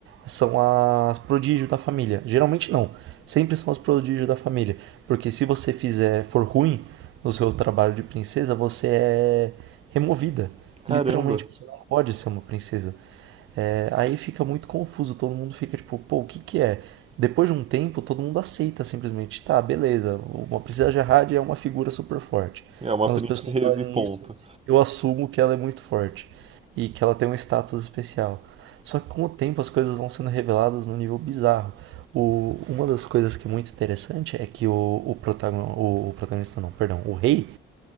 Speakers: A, on the right (about 80°); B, on the right (about 30°).
A: são as prodígio da família. Geralmente não, sempre são as prodígio da família, porque se você fizer for ruim no seu trabalho de princesa, você é removida.
B: Caramba.
A: Literalmente, você não pode ser uma princesa. É, aí fica muito confuso, todo mundo fica tipo, pô, o que que é? Depois de um tempo, todo mundo aceita simplesmente, tá, beleza, uma princesa Jihad é uma figura super forte.
B: É uma
A: Quando
B: princesa
A: as pessoas falarem
B: e ponto.
A: isso, eu assumo que ela é muito forte e que ela tem um status especial. Só que com o tempo as coisas vão sendo reveladas num nível bizarro. O, uma das coisas que é muito interessante é que o, o, protagon, o, o protagonista, não, perdão, o rei,